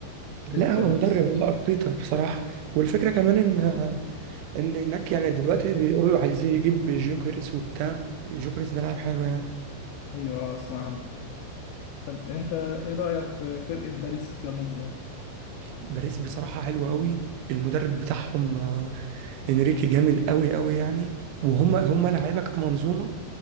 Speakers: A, on the right; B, on the left.
A: لا
B: ارتيتا
A: هو
B: نفسه
A: مدرب هو ارتيتا بصراحه والفكره كمان ان ان هناك يعني دلوقتي بيقولوا عايزين يجيب جوكريس وبتاع جوكريس ده لاعب حلو يعني
B: ايوه اسمع عنه طب انت ايه رايك في فرقه باريس كمجمل
A: باريس بصراحه حلوه قوي المدرب بتاعهم آه، انريكي جامد قوي قوي يعني وهم هم لعيبه كمنظومه